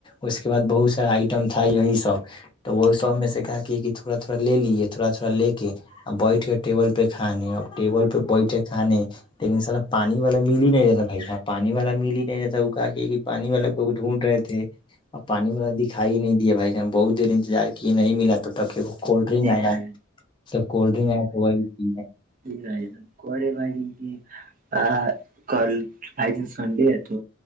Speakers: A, on the left; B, on the right.
A: اس کے بد بہت سارا آئٹم تھا یہی سب تو وہی سب میں سے کہ کے کہ تھوڑا تھوڑا لے لیے تھوڑا تھوڑاے کے ا بیٹھ کے ٹیبل پہ کھانے اب ٹیبل پہ بیٹھے کھانے لیکن سا پانی والا مل ہی نہیں دتاا بائیا پانی والا مل ہی نہیں د تھا کاق کہ پانی والے کوگ ڈھونڈ رہے تھے اور پانی ما دکھائی نہیں دے بھائی ہم بہت دیر انتظار کیے نہیں ملا تو تاک وہ کولڈ ڈرنک
B: جی
A: آیا
B: بھائی جان
A: تو کولڈ ڈرنک آیا تو وہی پی
B: جے کو بج کہ آ کل آئی جن سنڈے ہے تو